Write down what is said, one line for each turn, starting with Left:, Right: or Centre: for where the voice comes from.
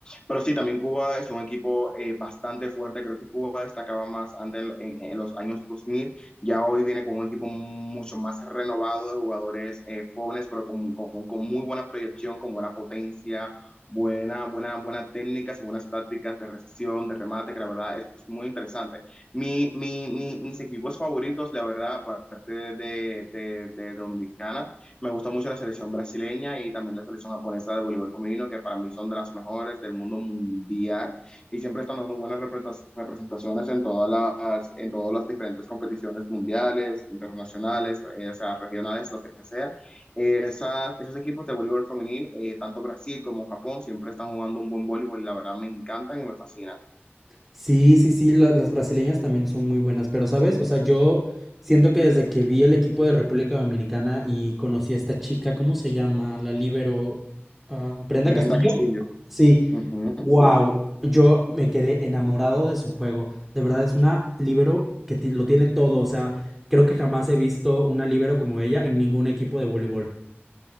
Left: Pero sí, también Cuba es un equipo eh, bastante fuerte, creo que Cuba destacaba más antes en, en- en los años 2000. ya hoy viene con un equipo mucho más renovado de jugadores eh, jóvenes, pero con, con, con muy buena proyección, con buena potencia. Buena, buena, buena técnicas y buenas tácticas de recepción, de remate, que la verdad es muy interesante. Mi, mi, mi- mis equipos favoritos, la verdad, aparte de, de, de Dominicana, me gusta mucho la selección brasileña y también la selección japonesa de voleibol femenino, que para mí son de las mejores del mundo mundial y siempre están dando buenas representas- representaciones en todas las, en todas las diferentes competiciones mundiales, internacionales, eh, o sea, regionales, lo que sea. Eh, esas, esos equipos de voleibol femenil, eh, tanto Brasil como Japón, siempre están jugando un buen voleibol y la verdad me encantan y me fascinan.
Centre: Sí, sí, sí, la- las brasileñas también son muy buenas, pero ¿sabes? O sea, yo siento que desde que vi el equipo de República Dominicana y conocí a esta chica, ¿cómo se llama? La líbero, ah, Brenda
Left: Brenda
Centre: Castillo.
Left: Castillo.
Centre: Sí,
Left: Ujú.
Centre: wow, yo me quedé enamorado de su juego. De verdad es una líbero que ti- lo tiene todo, o sea, creo que jamás he visto una líbero como ella en ningún equipo de voleibol.